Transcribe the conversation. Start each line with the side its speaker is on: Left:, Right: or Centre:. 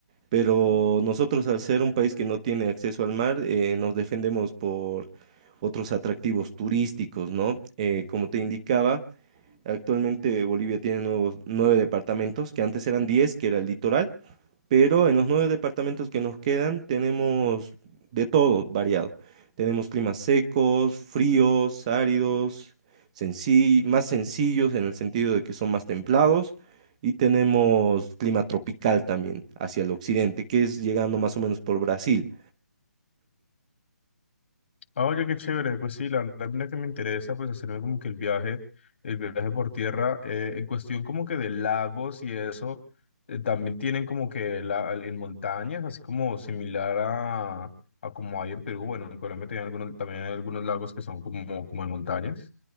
Right: pero nosotros al ser un país que no tiene acceso al mar, eh, nos defendemos por otros atractivos turísticos, ¿no? Eh, como te indicaba, actualmente Bolivia tiene nuevos, nueve departamentos, que antes eran diez, que era el litoral, pero en los nueve departamentos que nos quedan tenemos de todo variado. Tenemos climas secos, fríos, áridos, senci- más sencillos en el sentido de que son más templados. Y tenemos clima tropical también hacia el occidente, que es llegando más o menos por Brasil.
Left: Ah, oye, qué chévere. Pues sí, la verdad, mira que me interesa, pues hacerme como que el viaje, el viaje por tierra, eh, en cuestión como que de lagos y eso, eh, también tienen como que la, en montañas, así como similar a, a como hay en Perú. Bueno, en Colombia tienen algunos, también hay algunos lagos que son como, como en montañas.